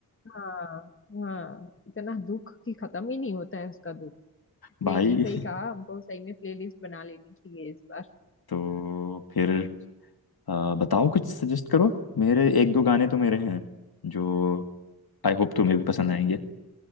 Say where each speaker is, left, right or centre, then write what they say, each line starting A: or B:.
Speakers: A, on the left (about 35°); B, on the left (about 70°).
A: हाँ हाँ इतना दुख कि खत्म ही नहीं होता है उसका दुख
B: भाई
A: नहीं नहीं सही कहा हमको सही में प्लेलिस्ट बना लेनी चाहिए इस बार
B: <laughs> तो फिर अ, बताओ कुछ सजेस्ट करो मेरे एक दो गाने तो मेरे हैं जो आई होप तुम्हें भी पसंद आएंगे